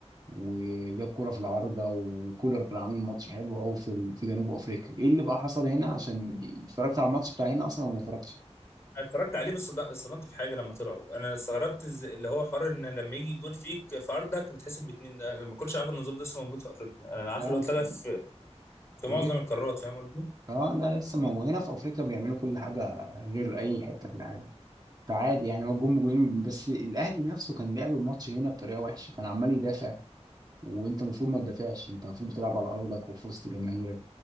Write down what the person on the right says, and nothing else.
وجاب كرة في العارضة وكولر كان عامل ماتش حلو قوي في في جنوب افريقيا ايه اللي بقى حصل هنا عشان اتفرجت على الماتش بتاع هنا اصلا ولا ما اتفرجتش
لا
لا
ليه؟
اه لا لسه ما هو هنا في افريقيا بيعملوا كل حاجة غير اي حتة في العالم فعادي يعني هو جم جولين بس الاهلي نفسه كان لعب الماتش هنا بطريقه وحشه كان عمال يدافع وانت المفروض ما تدافعش انت المفروض بتلعب على ارضك وفي وسط جماهيرك